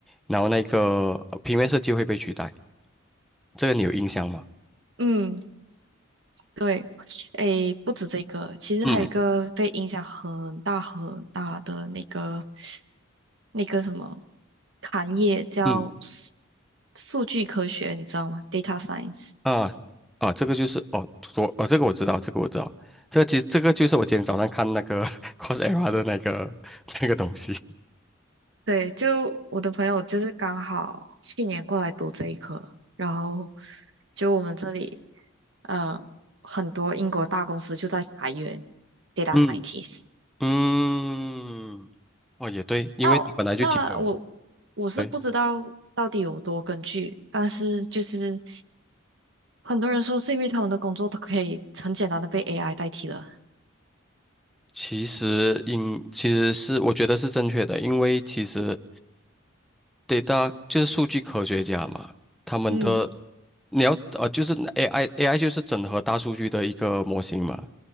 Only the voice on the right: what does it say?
嗯。对，诶，不止这个，其实还有一个被影响很大很大的那个
那个什么行业叫数
数据科学，你知道吗？data science。
对，就我的朋友就是刚好去年过来读这一科，然后就我们这里呃很多英国大公司就在裁员 data
scientist。
那我那我我是不知道到底有多根据，
但是就是很多人说是因为他们的工作都可以很简单的被 AI 代替了。
嗯